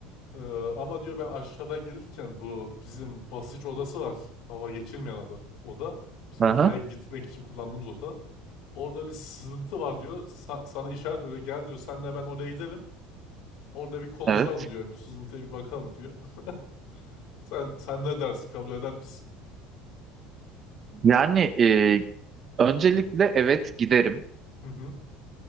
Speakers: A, on the left; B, on the right.
A: Ee, ama diyor ben aşağıdan gelirken bu bizim basınç odası var. Hava geçirmeyen adı Oda. İşte
B: Aha,
A: uzaya gitmek için kullandığımız oda. Orada bir sızıntı var diyor. Sa- sana işaret öyle gel diyor. Senle ben oraya gidelim. Orada bir konuşalım
B: evet.
A: diyor. Bu sızıntıya bir bakalım diyor. <laughs> Sen sen ne dersin? Kabul eder misin?
B: Yani e, öncelikle evet giderim.
A: <laughs> Hı hı.